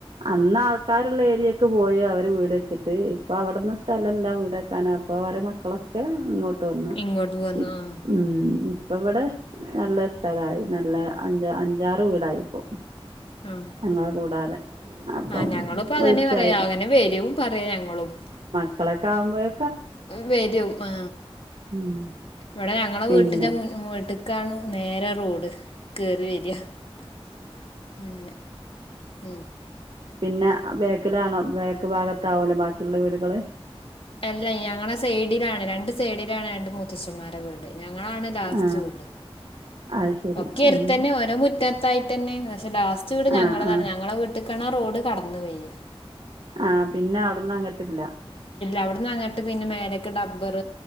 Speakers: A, on the right; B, on the left.
A: അന്നാൾ ക്കാരുള്ള ഏരിയൊക്കെ പോയി അവരും വീട് വച്ചിട്ട് ഇപ്പൊ അവിടന്ന് സ്ഥലല്ല വീട് വക്കാൻ അപ്പൊ അവരെ മക്കളൊ ക്കെ ഇങ്ങോട്ട് വന്നു
B: ഇങ്ങോട്ട് പോന്നു
A: ഉം
B: ആ
A: മ് പ്പവെടെ നല്ല സ്ഥലായി നല്ല അഞ്ച് അഞ്ചാറ് വീടായിപ്പോ
B: ആ
A: ഞങ്ങളെ കൂടാതെ അപ്പം
B: ആ ഞങ്ങളുപ്പൊ അതന്നെയാ
A: വെളിച്ചമായി
B: പറയാ അങ്ങനെ വെരും പറയാ ഞങ്ങളും
A: മക്കളക്കാവുമ്പഴ്
B: വരും ആ
A: ഉം
B: ഇവടെ ഞങ്ങള
A: പിന്നെ
B: വീട്ടിന്റെ മുൻ മ് ട്ട്ക്കാണ് നേരം റോഡ് കേറി വരാ ആ അങ്ങനെ അത് ഹ്
A: പിന്നെ ബേക്കിലാണോ ബേക്ക് ഭാഗത്താ ആവുലോ ബാക്കിയുള്ള വീടുകള്
B: അല്ല ഞങ്ങളുടെ സൈഡയിലാണ് രണ്ട് സൈഡിലാണ് രണ്ട് മുത്തശ്ശിമാരുടെ വീട് ഞങ്ങളാണ് ലാസ്റ്റ്
A: ആ
B: വീട്
A: അത് ശരി
B: ഒക്കെ
A: ഉം.
B: അടുത്തന്നെ ഓരോ മുറ്റത്തായി തന്നെ പക്ഷെ ലാസ്റ്റ് വീട്
A: ആ
B: ഞങ്ങളാണ്
A: ആ
B: ഞങ്ങളെ വീട്ടീക്കാണെ റോഡ് കടന്നു പെയ്യ
A: ആ പിന്നെ അവിടുന്ന് അങ്ങോട്ടില്ല
B: അവിടന്ന് അങ്ങട്ട് പിന്നെ മേലക്കെ ഡ ബർ